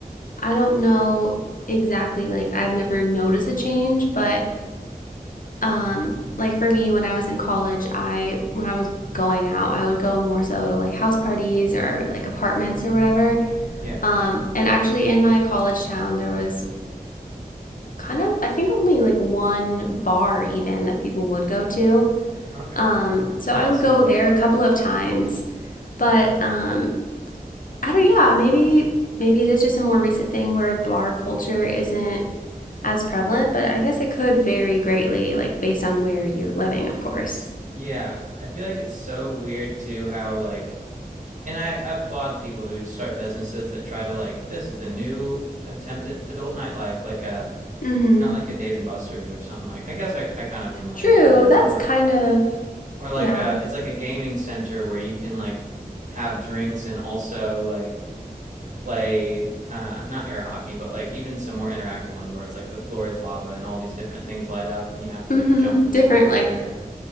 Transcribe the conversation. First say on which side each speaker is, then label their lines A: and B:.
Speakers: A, on the left; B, on the right.
A: I don't know exactly like I've never noticed a change, but um like for me when I was in college, I when I was going out, I would go more so to like house parties or like apartments or whatever.
B: Yeah.
A: Um and actually in my college town there was kind of I think only like one bar even that people would go to.
B: Okay.
A: Um so
B: Yeah,
A: I would
B: similar.
A: go there a couple of times but um, I don't. Yeah, maybe maybe it is just a more recent thing where bar culture isn't as prevalent, but I guess it could vary greatly, like based on where you're living, of course.
B: Yeah, I feel like it's so weird too how like and I applaud people who start businesses that try to like this is the new attempt at adult nightlife, like a
A: Mm-hmm.
B: not like a Dave and Buster's or something like. I guess I, I kind of am like
A: True.
B: mentioning them
A: That's
B: or
A: kind of
B: or like
A: yeah.
B: a, it's like a gaming center where you can like have drinks and also like play uh, not air hockey but like even some more interactive ones where it's like the floor is lava and all these different things light up and you have to
A: Mm-hmm.
B: like jump from
A: Different,
B: square to
A: like
B: square